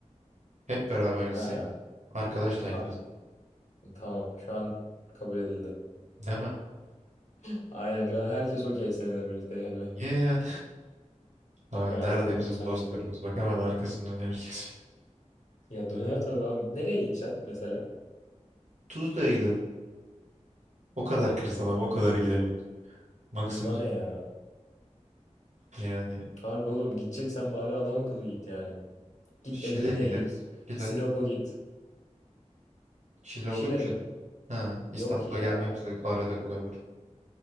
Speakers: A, on the right; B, on the left.
A: Hep beraber gitsek
B: Ha,
A: arkadaş tayfası
B: a- tamam şu an kabul edildi.
A: değil mi?
B: <laughs> Aynen şu an herkes okey seninle birlikte gelmeye.
A: Yeah. Abi
B: Ya
A: nerede
B: yok oğlum
A: bizim
B: sen
A: dostlarımız
B: de.
A: bak hemen arkasından herkes.
B: Ya döner tabii abi. Nereye gideceksin mesela?
A: <laughs> Tuzla'ya gidelim. O kadar kırsal ama o kadar gidebiliriz. Maksimum
B: Tuzla ne ya?
A: yani
B: Harbi oğlum gideceksen bari adam akıllı git yani. Git
A: Şile
B: Edirne'ye
A: gideriz.
B: git.
A: Şile.
B: Sinop'a git.
A: Şili
B: Şile
A: olur mu Şili?
B: mi?
A: Ha, İstanbul'a
B: Yok ya.
A: gelmemiz de arada kolay olur.